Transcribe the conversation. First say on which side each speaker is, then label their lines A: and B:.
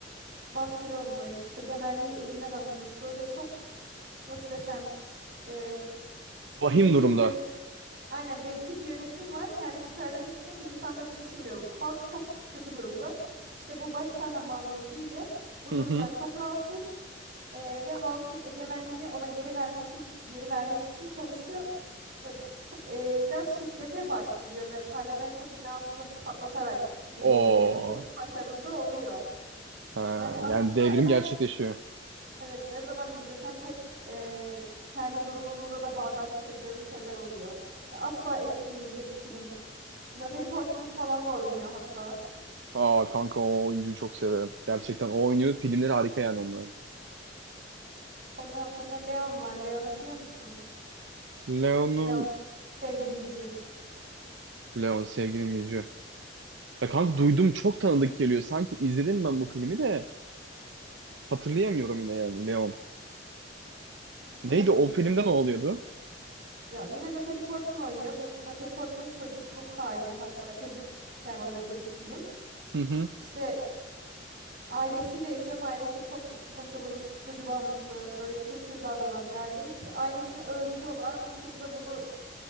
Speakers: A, on the right; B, on the right.
A: bastırılmış, egemenliği elinden alınmış. Böyle çok nasıl desem e,
B: Vahim
A: bencil
B: durumda.
A: bir yönetim. Aynen bencil bir yönetim var. Kendi çıkarlarını düşünüyor ve insanları düşünmüyor. Halk çok kötü durumda. İşte bu baş kahramanımız Vee de bu
B: Hı
A: durumdan
B: hı.
A: çok rahatsız. Ee, ve halkın egemenliğini ona geri vermesi iç- geri vermek için çalışıyor. E, e, biraz şiddete başvuruyor ve parlamento binasını patlatarak bu
B: O
A: devrimi yaratıyor. Başarılı da oluyor.
B: Ha,
A: Yani aslında
B: yani devrim
A: her
B: gerçekleşiyor.
A: evet ne zaman izlesem hep e, kendi durumumuzla da bağdaştırdığım şeyler oluyor. Ya asla eskimeyecek bir film. Natalie Portman falan da oynuyor hatta.
B: Aa kanka o oyuncuyu çok severim. Gerçekten o oynuyor. Filmleri harika yani onun.
A: Ondan sonra Leon var. Leon'u biliyor musun?
B: Leon'u...
A: Leon sevginin gücü.
B: Leon sevginin gücü. Ya kanka duydum çok tanıdık geliyor. Sanki izledim ben bu filmi de hatırlayamıyorum yine yani Leon.
A: Hatırlamıyor
B: Neydi o
A: musun?
B: filmde ne oluyordu?
A: Ya yine Natalie Portman oynuyor. Bu Natalie Portman'ın çocukluk hali hatta çocukken oynadığı bir film.
B: Hı hı.
A: İşte ailesiyle yaşıyor ama ailesi çok sıkıntılı, uyuşturucu bağımlısı, böyle kötü davranan bir aile. İşte ailesini öldürüyorlar. Bu kız da bunu